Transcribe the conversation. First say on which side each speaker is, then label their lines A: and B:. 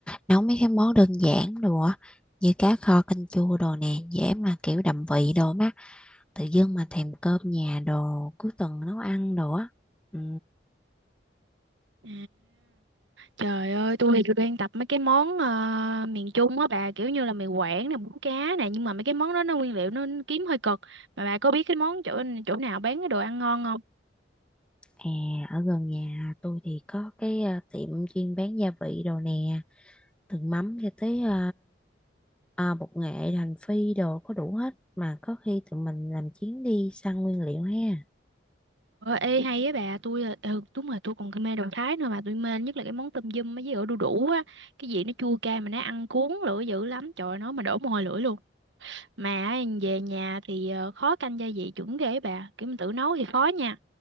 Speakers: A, in the centre; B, on the right (about 80°).
A: nấu mấy cái món đơn giản đồ á, như cá kho canh chua đồ nè, dễ mà kiểu đậm vị đồ má, tự dưng mà thèm cơm nhà đồ cuối tuần nấu ăn đồ á. Ừ,
B: À, trời ơi, tôi thì tôi đang tập mấy cái món ờ, miền Trung á bà, kiểu như là mì Quảng nè, bún cá nè, nhưng mà mấy cái món đó nó nguyên liệu nó kiếm hơi cực. Mà bà có biết cái món chỗ chỗ nào bán cái đồ ăn ngon không?
A: à, ở gần nhà tôi thì có cái ờ, tiệm chuyên bán gia vị đồ nè, từ mắm cho tới ờ, à, bột nghệ hành phi đồ có đủ hết mà có khi tụi mình làm chuyến đi săn nguyên liệu ha
B: Ờ, ê hay á bà, tôi là- ừ, đúng rồi, tôi còn mê đồ Thái nữa mà tôi mê nhất là cái món tôm dum với ổi đu đủ á, cái gì nó chua cay mà nó ăn cuốn lưỡi dữ lắm, trời ơi, nó mà đổ mồ hôi lưỡi luôn. Mà về nhà thì ờ, khó canh gia vị chuẩn ghê á bà, kiểu mình tự nấu thì khó nha.